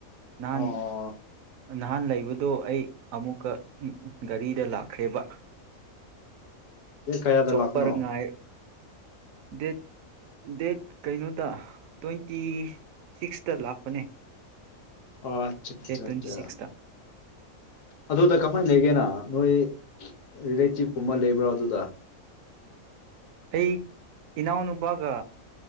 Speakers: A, on the right; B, on the left.
A: ꯅꯍꯥꯟ
B: ꯑꯣ
A: ꯅꯍꯥꯟ ꯂꯩꯕꯗꯣ ꯑꯩ ꯑꯃꯨꯛꯀ ꯒꯥꯔꯤꯗ ꯂꯥꯛꯈ꯭ꯔꯦꯕ
B: ꯗꯦꯠ ꯀꯌꯥꯗ
A: ꯆꯣꯞꯄꯔ
B: ꯂꯥꯛꯄꯅꯣ
A: ꯉꯥꯏ ꯗꯦꯠ ꯗꯦꯠ ꯀꯩꯅꯣꯗ ꯇ꯭ꯋꯦꯟꯇꯤ ꯁꯤꯛꯁꯇ ꯂꯥꯛ__ ꯄꯅꯦ
B: ꯑꯠꯆꯥ ꯑꯠꯆꯥ
A: ꯗꯦꯠ ꯇ꯭ꯋꯦꯟꯇꯤ
B: ꯑꯠꯆꯥ
A: ꯁꯤꯛꯁꯇ
B: ꯑꯗꯨꯗ ꯀꯃꯥꯏꯅ ꯂꯩꯒꯦꯅ ꯅꯣꯏ ꯔꯤꯂꯦꯇꯤꯞꯀꯨꯝꯕ ꯂꯩꯕ꯭ꯔꯣ ꯑꯗꯨꯗ
A: ꯑꯩ ꯏꯅꯥꯎꯅꯨꯄꯥꯒ